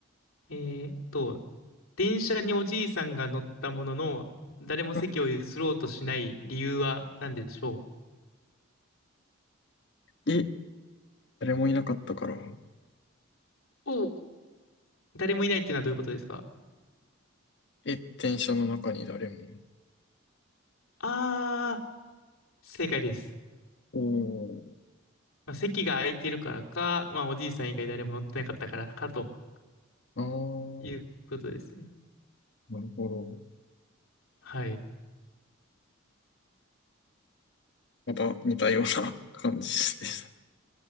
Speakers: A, on the left; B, on the left.
A: えーっと、電車におじいさんが乗ったものの、誰も席を譲ろうとしない理由は何でしょ
B: あえ、誰もいなかったから。
A: うおう。誰もいないっていうのはどういうことですか
B: え、電車の中に誰も。
A: あー、正解です。
B: おー、
A: まあ、席が空いてるからか、まあ、おじいさん以外誰も乗ってなかったからかと
B: あー、
A: いうことですね。
B: なるほど。
A: はい。
B: また似たような <laughs> 感じでした。